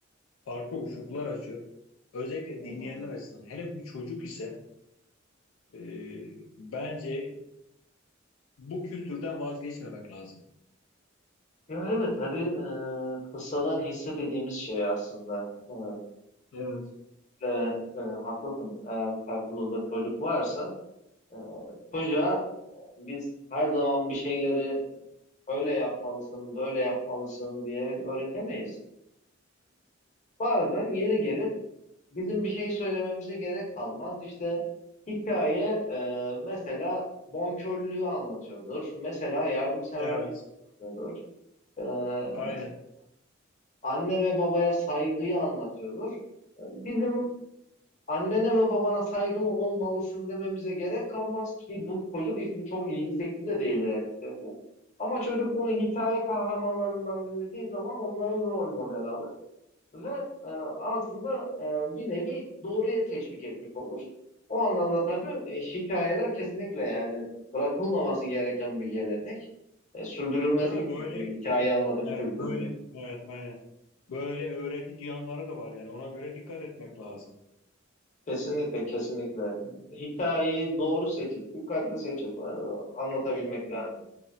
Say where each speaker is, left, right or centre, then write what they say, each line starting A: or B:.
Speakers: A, on the left (about 85°); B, on the left (about 35°).
A: farklı ufuklar açıyor. Özellikle
B: Hı
A: dinleyenler
B: hı.
A: açısından. Hele bu çocuk ise e, bence bu kültürden vazgeçmemek lazım.
B: Ya evet hadi e, kıssadan hisse dediğimiz şey aslında. E,
A: Evet.
B: ve e, haklısın eğer karşımızda çocuk varsa e, çocuğa biz her zaman bir şeyleri öyle yapmalısın, böyle yapmalısın diyerek öğretemeyiz. Bazen yeri gelir bizim bir şey söylememize gerek kalmaz. İşte hikaye e, mesela bonkörlüğü anlatıyordur. Mesela yardımseverlik
A: Evet,
B: anlatıyordur. E,
A: aynen.
B: mes- anne ve babaya saygıyı anlatıyordur. E, Bizim annene ve babana saygılı olmalısın dememize gerek kalmaz ki bu çocuk için çok ilgi çekici de değildir açıkçası. Ama çocuk bunu hikaye kahramanlarından dinlediği zaman onları rol model alır ve e, aslında e, bir nevi doğruya teşvik etmiş olur. O anlamda tabii e, şikayeler kesinlikle yani bırakılmaması gereken bir gelenek. E, sürdürülmesi
A: Değil mi?
B: gerekiyor
A: Böyle,
B: hikaye anlatımı
A: evet,
B: kültürünün.
A: böyle, evet, aynen. Böyle öğretici yanları da var yani. Ona göre dikkat etmek lazım.
B: Kesinlikle kesinlikle. Hikayeyi doğru seçip, dikkatli seçip e, anlatabilmek lazım.